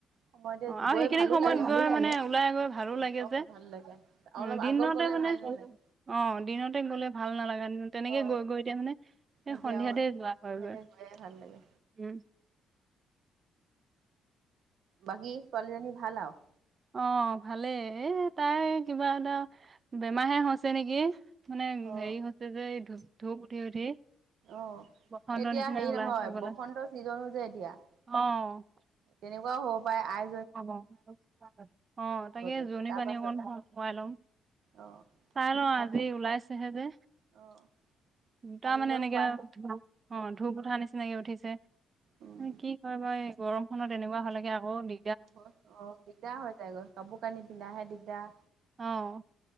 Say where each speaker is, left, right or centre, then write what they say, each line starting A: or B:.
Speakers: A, on the right; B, on the right.
A: সময়তে
B: অ', আৰু
A: গৈ
B: সেইখিনি
A: ভালো
B: সময়ত
A: লাগে
B: গৈ মানে ওলাই গৈ ভালো
A: ভাল
B: লাগে
A: অ
B: যে।
A: ভাল লাগে অলপ
B: উ, দিননতে
A: আগত গ'লে
B: মানে,
A: ভাল নালাগে
B: অ' দিনতে গ'লে ভাল নালাগে নহ‌ তেনেকে
A: অ
B: গৈ গৈ এতিয়া মানে, সেই
A: এতিয়া
B: সন্ধিয়াতে
A: অ
B: যোৱা
A: সন্ধিয়াতে
B: হয় গৈ,
A: গৈয়ে ভাল লাগে
B: উ।
A: বাকী, ছোৱালীজনী ভাল আৰু?
B: অ', ভালেই, এ, তাই কিবা এটা বেমাৰ হে হৈছে নেকি! মানে
A: অ
B: হেৰি হৈছে যে, এই ধূ-ধূপ উঠি উঠি।
A: অ'।
B: বসন্ত
A: এতিয়া
B: নিচিনা
A: হেৰি
B: ওলাইছে
A: নহয়,
B: হ'বলা,
A: বসন্ত ছিজন হৈছে এতিয়া।
B: অ'।
A: তেনেকুৱাও হ'ব পায় আই
B: <unintelligible> অ'
A: আগতীয়াকে
B: তাকে জোৰণি
A: তাৰ
B: পানী
A: পাছত
B: অকন খোৱাই ল'ম।
A: অ'।
B: চাই লওঁ
A: তাৰপাছত
B: আজি ওলাইছেহে যে।
A: অ'।
B: দুটা
A: কালিলৈ
B: মানে এনেকে
A: শুৱাই
B: ধূ, অ', ধূপ উঠা নিচিনা এনেকে উঠিছে।
A: উম
B: কি কয় বাৰ এই গৰমখনত এনেকুৱা হ'লে গে আকৌ দি
A: <unintelligible> অ', দিগদাৰ হৈ যায়গৈ। কাপোৰ কানি পিন্ধাহে দিগদাৰ।
B: অ',